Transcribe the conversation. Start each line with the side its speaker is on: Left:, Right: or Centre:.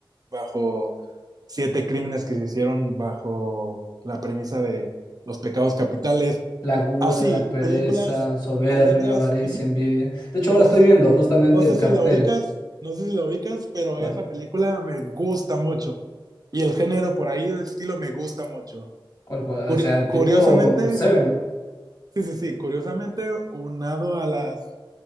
Right: bajo siete crímenes que se hicieron bajo la premisa de los pecados capitales.
Left: La gula,
Right: Así,
Left: la pereza,
Right: películas,
Left: soberbia,
Right: películas,
Left: avaricia, envidia. De hecho, ahora
Right: No
Left: estoy
Right: sé si,
Left: viendo justamente
Right: no sé
Left: el cartel.
Right: si la ubicas, no sé si la ubicas, pero
Left: ¿Cuál?
Right: esa película me gusta mucho. Y el género por ahí de estilo me gusta mucho.
Left: ¿Cuál, cuál?
Right: Curi-
Left: O sea,
Right: curiosamente,
Left: tipo Seven.
Right: sí, sí, sí, curiosamente unado a las